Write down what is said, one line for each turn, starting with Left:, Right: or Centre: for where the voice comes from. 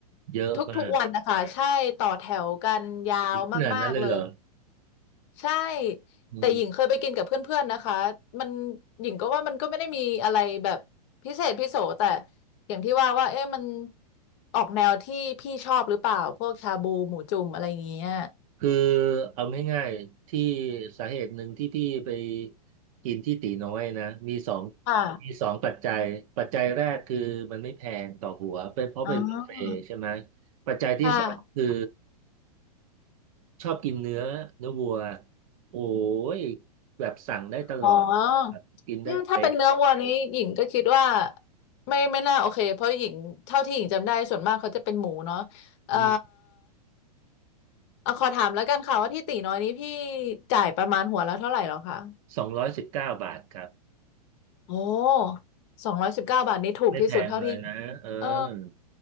Right: เยอะมาก
Left: ทุกๆวันนะคะใช่ต่อแถวกันยาวมากๆเลย
Right: ขนาดนั้นเลยเหรอ
Left: ใช่
Right: อืม
Left: แต่หญิงเคยไปกินกับเพื่อนๆนะคะมันหญิงก็ว่ามันก็ไม่ได้มีอะไรแบบพิเศษพิโสแต่อย่างที่ว่าว่าเอ๊ะมันออกแนวที่พี่ชอบหรือเปล่าพวกชาบูหมูจุ่มอะไรอย่างเงี้ย
Right: คือเอาง่ายๆที่สาเหตุหนึ่งที่พี่ไปกินที่ตีน้อยนะมีสอง
Left: ค่ะ
Right: มีสองปัจจัยปัจจัยแรกคือมันไม่แพงต่อหัวเป็นเพราะเป็นบุฟเฟ่ต์ใช่ไหม
Left: อ๋อ
Right: ปัจจัยที่สองคือ
Left: ค่ะ
Right: ชอบกินเนื้อเนื้อวัวโอ้ย แบบสั่งได้ตลอดครับกินได้ไป
Left: อ๋ออืมถ้าเป็นเนื้อวัวนี้หญิงก็คิดว่าไม่ไม่น่าโอเคเพราะหญิงเท่าที่หญิงจำได้ส่วนมากเขาจะเป็นหมูเนาะเอ่อ
Right: นี่
Left: เอาขอถามแล้วกันค่ะว่าที่ตีน้อยนี้พี่จ่ายประมาณหัวละเท่าไหร่หรอคะ
Right: สองร้อยสิบเก้าบาทครับ
Left: โอ้สองร้อยสิบเก้าบาทนี้ถูกที่สุดเท่าที่
Right: ไม่แพงเลยนะเออ
Left: เออ